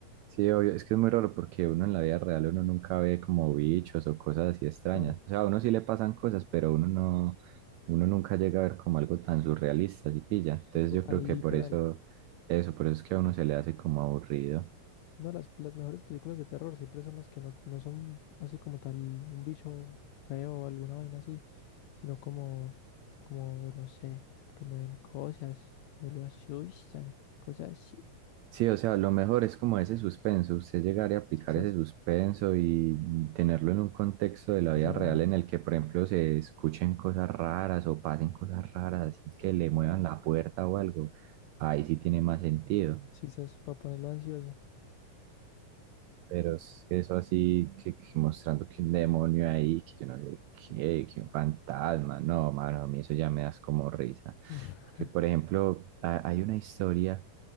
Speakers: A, on the right; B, on the left.
A: Sí, obvio, es que es muy raro porque uno en la vida real uno nunca ve como bichos o cosas así extrañas.
B: Claro,
A: O sea, a uno sí le pasan cosas, pero uno no, uno nunca llega a ver como algo tan surrealista y pilla. Entonces
B: algo
A: yo
B: tan
A: creo que
B: literal.
A: por eso, eso, por eso es que a uno se le hace como aburrido.
B: No, las, las mejores películas de terror siempre son las que no, no son así como tal un bicho feo o alguna vaina así. sino como, como, no sé, que mueven cosas o lo asustan, cosas así.
A: Sí, o sea, lo mejor es como ese suspenso, usted llegar y aplicar
B: Quizás,
A: ese suspenso y tenerlo en un contexto de la vida
B: esa,
A: real en el que, por ejemplo, se escuchen cosas raras o pasen cosas raras, así que le muevan la puerta o algo. Ahí sí tiene más sentido.
B: quizás para ponerlo ansioso.
A: Pero es que eso así, que, que mostrando que un demonio ahí, que yo no sé qué, que un fantasma, no, mano, a mí eso ya me das como risa.
B: <laughs>
A: Porque, por ejemplo, ha- hay una historia